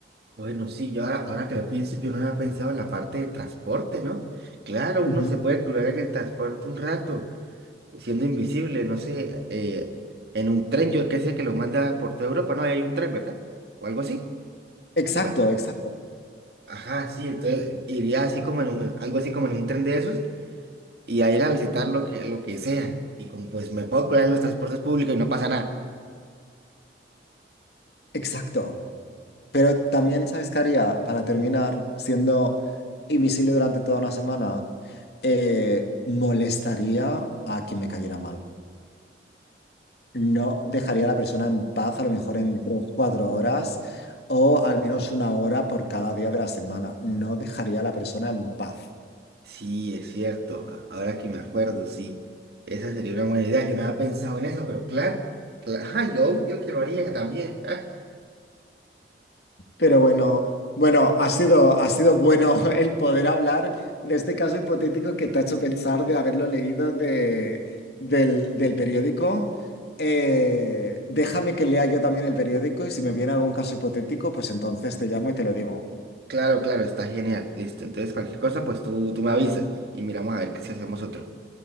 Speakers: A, on the right; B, on the left.
A: Bueno, sí, yo ahora, ahora que lo pienso, yo no había pensado en la parte de transporte, ¿no? Claro,
B: Ujú.
A: uno se puede colar en el transporte un rato. siendo invisible, no sé, eh, en un tren, yo qué sé que lo manda por toda Europa, no, ahí hay un tren, ¿verdad? O algo así.
B: Exacto,
A: que pa-
B: exacto,
A: Ajá, sí, entonces iría así como en un- algo así como en un tren de esos y a ir a visitar lo que, lo que sea. Y como pues me puedo curar en los transportes públicos y no pasa nada.
B: exacto. Pero también, ¿sabes qué haría? Para terminar, siendo invisible durante toda una semana, eh, molestaría a quien me cayera mal. No dejaría a la persona en paz a lo mejor en tres, cuatro horas o al menos una hora por cada día de la semana. No dejaría a la persona en paz.
A: Sí, es cierto, ahora que me acuerdo, sí, esa sería una buena idea, yo no había pensado en eso, pero claro, claro, ajá, yo obvio que lo haría también. <laughs>
B: Pero bueno, bueno, ha sido, ha sido bueno <laughs> el poder hablar de este caso hipotético que te ha hecho pensar de haberlo leído de, del, del periódico. Eh, déjame que lea yo también el periódico y si me viene algún caso hipotético, pues entonces te llamo y te lo digo.
A: Claro, claro, está genial. Listo. Entonces, cualquier cosa, pues tú, tú me avisas y miramos a ver si hacemos otro.